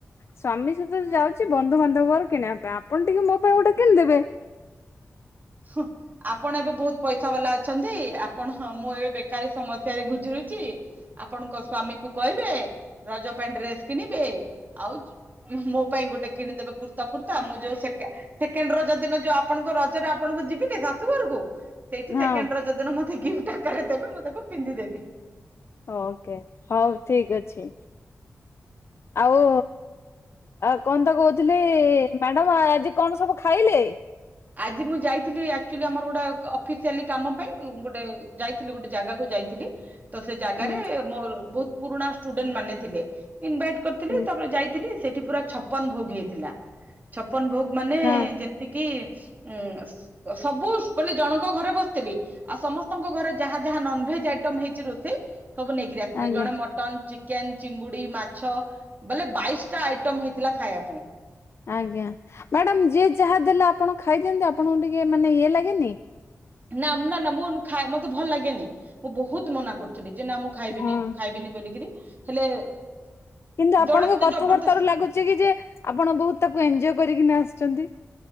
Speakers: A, on the left; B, on the right.
A: ସ୍ୱାମୀ ସହିତ ଯାଉଛି ବନ୍ଧୁବାନ୍ଧବଙ୍କର କିଣିବା ପାଇଁ ଆପଣ ଟିକେ ମୋ ପାଇଁ ଗୋଟେ କିଣିଦେବେ।
B: ହଁ। ଆପଣ ଏବେ ବହୁତ ପଇସା ବାଲା ଅଛନ୍ତି ଆପଣ ହଁ ମୁଁ ଏବେ ବେକାରୀ ସମସ୍ୟରେ ଗୁଜୁରୁଛି। ଆପଣଙ୍କ ସ୍ଵାମୀ କ କହିବେ ରଜ ପାଇଁ ଡ୍ରେସ୍ କିଣିବେ ଆଉ ମୋ ପାଇଁ ଗୋଟେ କିଣିଦେବେ କୁର୍ତ୍ତା ଫୁର୍ତ୍ତା ମୁଁ ଯୋଉ ସେକେଣ୍ଡ ର ଯୋଦିିନ ଯୋଉ ଆପଣଙ୍କ ରଜରେ ଆପଣଙ୍କୁ ଯିବିନି ଶାଶୁ ଘରକୁ ସେଇଠି
A: ହଁ
B: ସେକେଣ୍ଡ ର ଯଦିନ ମତେ ଗିଫ୍ଟ ଆକାରରେ ଦେବେ ମୁଁ ତାକୁିଧିଦ ଦେବି।
A: ଓକେ ହଉ ଠିକ ଅଛି ଆଉ ଆଉ କହନ୍ତା କହୁଥିଲି ମ୍ୟାଡ଼ାମ ଆଜି କଣ ସବୁ ଖାଇଲେ
B: ଆଜି ମୁଁ ଯାଇଥିଲି ଆଚୁଲି ଆମର ଗୋଟେ ଅଫିସିଆଲି କାମ ପାଇଁ ଗୋଟେ ଯ ଥିଲେ ଗୋଟେ ଜାଗାକୁ ଯାଇଥିଲି। ତ ସେ ଜାଗାରେ
A: ହୁଁ।
B: ମୋର ବହୁତ ପୁରୁଣା ଷ୍ଟୁଡେଣ୍ଟ ମାନେ ଥିଲେ ଇନଭାଇଟ୍ କରିଥିଲି
A: ହୁଁ
B: ତାପରେ ଯାଇଥିଲି ସେଠି ପୁରା ଛପନ ଭୋଗ ହେଇଥିଲା ଛପନ ଭୋଗ ମାନେ
A: ହଁ
B: ଯେମିତି କି ଉଁ ସବୁ ମାନେ ଜଣଙ୍କ ଘରେ ବସିଥିଲି। ଆଉ ସମସ୍ତଙ୍କ ଘରେ ଯାହା ଯାହା ନନଭେଜ ଆଇଟମ ହେଇଛି ରୋଷେଇ ସବୁ ନେଇକି ଆସିଥିଲେ
A: ଆଜ୍ଞା
B: ଜଣେ ଚିକେନ ଚିଙ୍ଗୁଡି ମାଛ ବୋଲେ ବାଇଶ ଟା ଆଇଟମ ହେଇଥିଲା ଖାଇବା ପାଇଁ।
A: ଆଜ୍ଞା ମ୍ୟାଡ଼ାାମ ଯିଏ ଯାହା ଦେଲେ ଆପଣ ଖାଇଦିଅନ୍ତି ଆପଣଙ୍କୁ ଟିକେ ମାନେ ଇଏ ଲାଗେନି
B: ନା ନା ନା ମୁଁ ଖାଏ ମତେ ଭଲ ଲାଗେନି ମୁଁ ବହୁତ ମନା କରୁଥିଲି ଯେ ନା ମୁ ଖାଇବିନି
A: ହଁ।
B: ଖାଇବିନି ବୋଲିକରି ହେଲେ।
A: କିନ୍ତୁ ଆପଣଙ୍କ
B: ଜଣେ ତତେ
A: କଥାବାର୍ତ୍ତା
B: ଜବରଦସ୍ତ
A: ର ଲାଗୁଛି କି ଯେ ଆପଣ ବହୁତ ତାକୁ ଏଞଜୟ କରିକି ଆସିଛନ୍ତି।